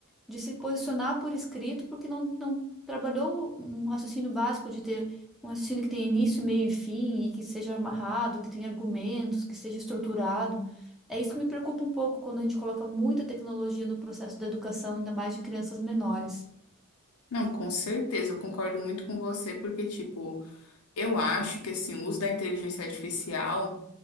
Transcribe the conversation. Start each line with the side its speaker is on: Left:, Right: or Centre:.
Centre: de se posicionar por escrito, porque não, não trabalhou um raciocínio básico de ter um raciocínio que tenha início, meio e fim, e que seja amarrado, que tenha argumentos, que seja estruturado. É isso que me preocupa um pouco quando a gente coloca muita tecnologia no processo da educação, ainda mais de crianças menores.
Left: Não, com certeza, eu concordo muito com você, porque, tipo, eu acho que, assim, o uso da inteligência artificial.